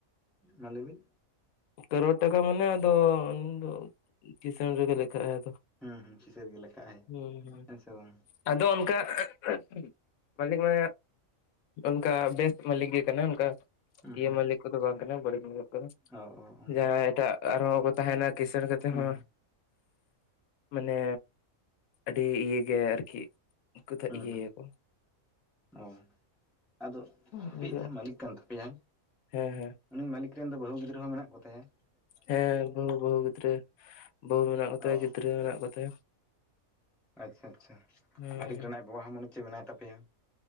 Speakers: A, in the centre; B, on the left.
A: ᱢᱟ ᱞᱟᱹᱭ ᱵᱤᱱ
B: ᱠᱳᱨᱳᱨ ᱴᱟᱠᱟ ᱢᱟᱱᱮ ᱟᱫᱚ ᱩᱱ ᱫᱚ ᱠᱤᱥᱟᱹᱬ ᱨᱮᱜᱮ ᱞᱮᱠᱷᱟᱜ ᱟᱭ ᱟᱫᱚ᱾
A: ᱦᱩᱸ ᱦᱩᱸ ᱥᱤᱥᱟᱹᱲ ᱜᱮ ᱞᱮᱠᱷᱟᱜ ᱟᱭ
B: ᱦᱩᱸ ᱦᱩᱸ
A: ᱦᱮᱸ ᱥᱮ ᱵᱟᱝ
B: ᱟᱫᱚ ᱚᱱᱠᱟᱜ <unintelligible> ᱢᱟᱹᱞᱤᱠ ᱢᱟ ᱚᱝᱠᱟ ᱵᱮᱥ ᱢᱟᱹᱞᱤᱠ ᱜᱮ ᱠᱟᱱᱟᱭ ᱚᱝᱠᱟ᱾
A: ᱦᱩᱸ
B: ᱤᱭᱟᱹ
A: ᱦᱩᱸ
B: ᱢᱟᱹᱞᱤᱠ ᱠᱚᱫᱚ ᱵᱟᱝ ᱠᱟᱱᱟᱭ ᱵᱟᱹᱲᱤᱡ ᱢᱟᱹᱞᱤ ᱠᱚᱫᱚ
A: ᱚ ᱚ ᱚ ᱦᱩᱸ
B: ᱡᱟᱦᱟᱸᱭ ᱮᱴᱟᱜ ᱟᱨᱦᱚᱸ ᱠᱚ ᱛᱟᱦᱮᱸᱱᱟ ᱠᱤᱥᱟᱹᱬ ᱠᱟᱛᱮ
A: ᱦᱩᱸ
B: ᱦᱚᱸ ᱢᱟᱱᱮ ᱟᱹᱰᱤ ᱤᱭᱟᱹ ᱜᱮᱭᱟᱭ ᱟᱨᱠᱤ ᱩᱸᱠᱩᱫᱚᱜ
A: ᱦᱩᱸ
B: ᱤᱭᱟᱹᱭᱟ
A: ᱦᱩᱸ
B: ᱠᱚ
A: ᱚ ᱟᱫᱚᱜ ᱟᱯᱮᱤᱡ
B: ᱩᱱᱤ ᱫᱚ
A: ᱡᱟᱦᱟᱸ ᱢᱟᱹᱞᱤᱠ ᱠᱟᱱ ᱛᱟᱯᱮᱭᱟᱭ
B: ᱦᱮᱸ ᱦᱮᱸ
A: ᱩᱱᱤ ᱢᱟᱹᱞᱤᱠ ᱛᱮᱱ ᱫᱚ ᱵᱟᱹᱦᱩ ᱜᱤᱫᱽᱨᱟᱹ ᱦᱚᱸ ᱢᱮᱱᱟᱜ ᱠᱚ ᱛᱟᱭᱟ᱾
B: ᱦᱮᱸ ᱵᱟᱹᱦᱩ ᱵᱟᱹᱦᱩ ᱜᱤᱫᱽᱨᱟᱹ ᱵᱟᱹᱦᱩ ᱢᱮᱱᱟᱜ ᱠᱚᱛᱟᱭᱟ
A: ᱚ
B: ᱜᱤᱫᱽᱨᱟᱹ ᱢᱮᱱᱟᱜ ᱠᱚᱛᱟᱭᱟ᱾
A: ᱟᱪᱪᱷᱟ ᱟᱪᱪᱷᱟ
B: ᱦᱮᱸ
A: ᱢᱟᱹᱞᱤᱠ ᱨᱮᱱ ᱟᱡ ᱵᱟᱵᱟ ᱦᱚᱸ ᱢᱚᱱᱮᱪᱮ ᱢᱮᱱᱟᱭ ᱛᱟᱯᱮᱭᱟ᱾